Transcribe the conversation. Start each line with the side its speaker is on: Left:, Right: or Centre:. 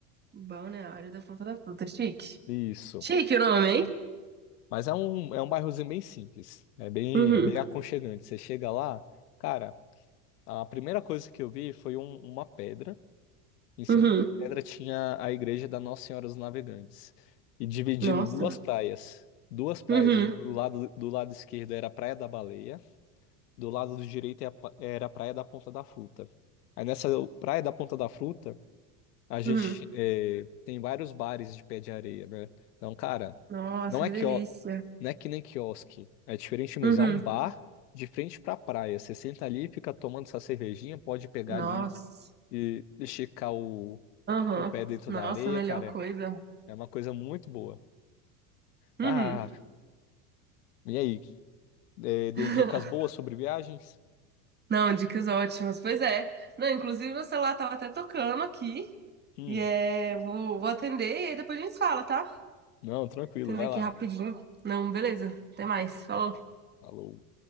Right: Balneário da Fonte da Fruta. Chique.
Left: Isso.
Right: Chique o nome, hein?
Left: Mas é um, é um bairrozinho bem simples, é bem,
Right: Uhum.
Left: é bem aconchegante. Você chega lá, cara, a primeira coisa que eu vi foi um- uma pedra Em cima
Right: Uhum.
Left: dessa pedra tinha a igreja da Nossa Senhora dos Navegantes. E dividindo
Right: Nossa.
Left: duas praias. Duas praias.
Right: Uhum.
Left: Do lado, do lado esquerdo era a Praia da Baleia. Do lado do direito era a pa- era a Praia da Ponta da Fruta. Aí nessa Praia da Ponta da Fruta, a gente
Right: Uhum.
Left: eh, tem vários bares de pé de areia, né? Então, cara,
Right: Nossa,
Left: não
Right: que
Left: é que,
Right: delícia.
Left: não é que nem quiosque. É diferente mesmo.
Right: Uhum.
Left: É um bar de frente pra praia. Você senta ali, fica tomando essa cervejinha, pode pegar
Right: Nossa.
Left: ali e esticar o
Right: Aham.
Left: o pé dentro
Right: Nossa,
Left: da areia,
Right: a melhor
Left: cara,
Right: coisa.
Left: é uma coisa muito boa.
Right: Uhum.
Left: Ah, e aí? É, dei
Right: <laughs>
Left: dicas boas sobre viagens?
Right: Não, dicas ótimas. Pois é. Não, inclusive meu celular tava até tocando aqui.
Left: Hum,
Right: E é, vou, vou atender e aí depois a gente fala, tá?
Left: não, tranquilo,
Right: Atender
Left: vai
Right: aqui
Left: lá.
Right: rapidinho. Não, beleza. Até mais. Falou.
Left: Falou.